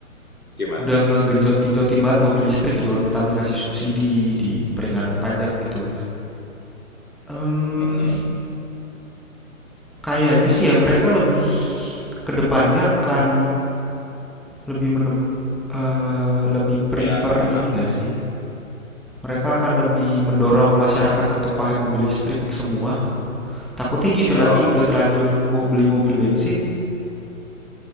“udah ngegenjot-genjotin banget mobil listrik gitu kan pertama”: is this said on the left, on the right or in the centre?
Centre